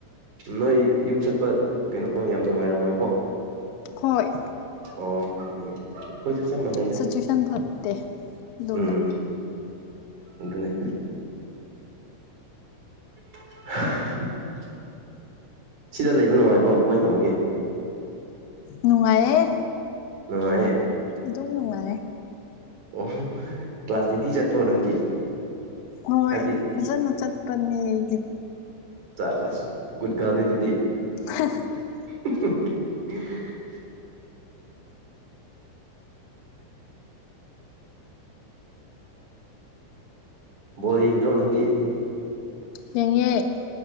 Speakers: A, on the right; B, on the left.
A: ꯅꯣꯏ ꯌꯨꯝ ꯆꯠꯄ ꯀꯩꯅꯣ ꯌꯥꯝ ꯅꯨꯡꯉꯥꯏꯔꯝꯃꯣꯏꯀꯣ
B: ꯍꯣꯏ
A: ꯑꯣ ꯑꯗꯨꯒꯤ ꯑꯩꯈꯣꯏꯁꯨ ꯆꯞ ꯃꯥꯟꯅꯩꯗ
B: ꯁꯤꯆꯨꯋꯦꯁꯟ ꯐꯠꯇꯦ ꯑꯗꯨꯅ
A: ꯎꯝ ꯑꯗꯨꯅꯦ <inaudible> ꯁꯤꯗ ꯂꯩꯕ ꯅꯨꯡꯉꯥꯏꯕ꯭ꯔꯣ ꯀꯃꯥꯏ ꯇꯧꯒꯦ
B: ꯅꯨꯡꯉꯥꯏꯌꯦ
A: ꯅꯨꯡꯉꯥꯏꯌꯦ
B: ꯑꯗꯨꯣꯡ ꯅꯨꯡꯉꯥꯏ
A: ꯑꯣ ꯀ꯭ꯂꯥꯁ ꯅꯤꯇꯤ ꯆꯠꯄꯣ ꯅꯪꯗꯤ
B: ꯍꯣꯏ
A: ꯍꯥꯏꯕꯗꯤ
B: ꯐꯖꯅ ꯆꯠꯄꯅꯦ ꯑꯩꯗꯤ
A: ꯆꯥꯕꯁ ꯨꯒꯨꯠꯒꯥꯜꯅꯤꯗꯨꯗꯤ
B: <inaudible>
A: <inaudible> ꯕꯣꯜ ꯌꯦꯡꯗ꯭ꯔꯣ ꯅꯪꯗꯤ
B: ꯌꯦꯡꯉꯦ